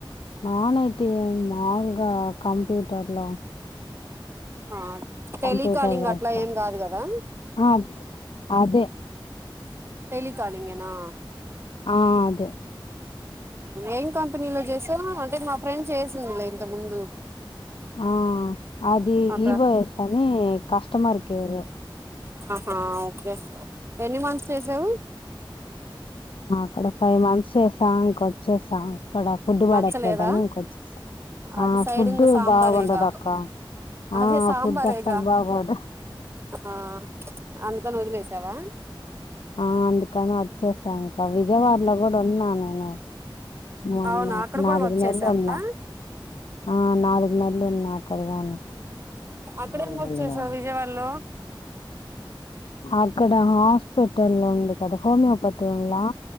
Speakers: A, on the left; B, on the right.
A: నాన్ ఐటీ మాముూలుగా కంప్యూటర్లో
B: ఆ టెలికాలింగ్
A: కంప్యూటర్ వర్కు
B: అట్లా ఏం కాదు కదా
A: ఆ అదే
B: టెలి కాలింగేనా
A: ఆ అదే
B: ఏం కంపెనీలో చేసావ్ అంటే మా ఫ్రెండ్ చేసిందిలే ఇంతకు ముందు
A: ఆ అది
B: అక్కడ
A: ఇఓయస్ అని కస్టమర్ కేరు
B: ఆ హా ఓకే ఎన్ని మంత్స్ చేశావు
A: అక్కడ ఫైవ్ మంత్స్ చేసా ఇంక వచ్చేసా అక్కడ ఫుడ్ పడట్లేదని
B: నచ్చలేదా
A: ఇంకొచ్చేసా
B: అటు
A: ఆ
B: సైడ్
A: ఫుడ్
B: ఇంగ సాంబారేగా
A: బాగుండదు అక్క
B: అదే
A: ఆ
B: సాంబారేగా
A: ఫుడ్ అస్సలు బాగోదు
B: ఆ అందుకని వదిలేసావా
A: ఆ అందుకని వచ్చేసా ఇంకా విజయవాడలో కూడా ఉన్నా నేను మొన్న
B: అవునా అక్కడ కూడా
A: నాలుగు
B: వర్క్
A: నెలలు
B: చేసావా
A: ఉన్నా ఆ నాలుగు నెలలు ఉన్నా అక్కడ గాని
B: అక్కడేం
A: నాలుగు
B: వర్క్
A: నెలలా
B: చేసావ్ విజయవాడలో
A: అక్కడ హాస్పిటల్ ఉంది కదా హోమియోపతి ఉండ లా